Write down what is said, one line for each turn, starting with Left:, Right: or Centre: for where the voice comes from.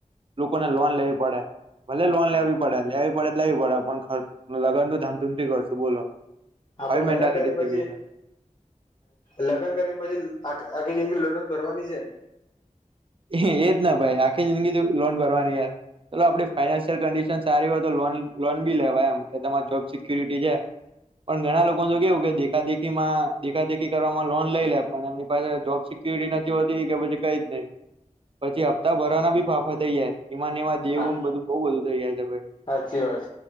Right: લોકોને લોન લેવી પડે ભલે લોન લેવી પડે લેવી પડે લેવી પડે લગન નું ધામધૂમથી કરશું બોલો
Left: આપણે
Right: આવી મેન્ટાલિટી
Left: લગ્ન કરીએ પછી
Right: થઈ ગઈ છે
Left: લગ્ન કરી પછી આખી જિંદગી લડત ભરવાની છે
Right: એજ ના ભાઈ આખી જિંદગી ત લોન ભરવાની યાર ચાલલો આપડી ફાઈનાન્શિયલ કન્ડિશન સારી હોય તો લો લોન બી લેવાય એમ કે તમારી જોબ સિક્યુરિટી છે પણ ઘણા લોકો કેવું કે દેખા દેખીમાં દેખા દેખી કરવાવામાં લોન લઈ લે પણ એમની પાસે જોબ કેડી નથી હોતી કેયા પછી કઈ જ ન પછી હપ્તા ભરવાના બી ફાફા થઈ જાય ઇમાન માં દેવું
Left: હા
Right: બધું બઉુ બધું થઇ જાય છે ભાઈ
Left: સાચી વાત